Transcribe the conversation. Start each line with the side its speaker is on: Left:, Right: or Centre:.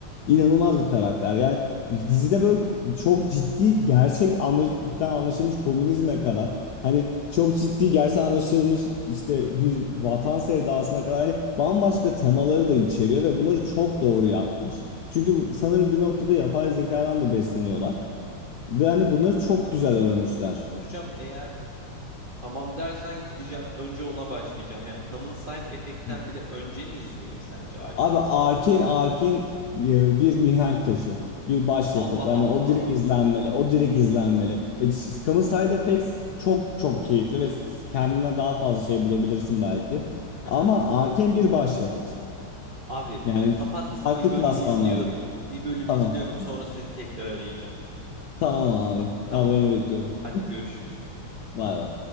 Left: İnanılmaz bir karakter. Yani dizide böyle çok ciddi gerçek anlaşılan anlaşılmış komünizme kadar hani çok ciddi gerçekten anlaşılmış işte bir vatan sevdasına kadar hani bambaşka temaları da içeriyor ve bunları çok doğru yapmış. Çünkü bu- sanırım bir noktada yapay zekadan da besleniyorlar
Right: Hı.
Left: ve hani bunları
Right: O
Left: çok
Right: zaman
Left: güzel
Right: abi şöyle
Left: örmüşler.
Right: bir şey soracağım. Eğer tamam dersen gideceğim. Önce ona başlayacağım. Yani Common Side efektten
Left: <laughs>
Right: bile önce mi izleyeyim sence Arcane'i?
Left: Abi Arkane Arkane e, bir mihenk taşı. Bir başyapıt.
Right: Allah
Left: Hani
Right: Allah.
Left: o direkt izlenmeli. O direkt izlenmeli. E, ş- Common Side Effects çok çok keyifli ve s- kendine daha fazla şey bulabilirsin belki.
Right: Aha.
Left: Ama Arkane bir başyapıt.
Right: Abi
Left: Yani
Right: kapat
Left: farklı
Right: bir bölüm
Left: klasmanlarla.
Right: izliyorum. Bir bölüm
Left: Tamam.
Right: izliyorum sonra seni tekrar arayacağım.
Left: Tamam abi.
Right: Tamam?
Left: Haberini bekliyorum.
Right: Hadi görüşürüz.
Left: Bay bay.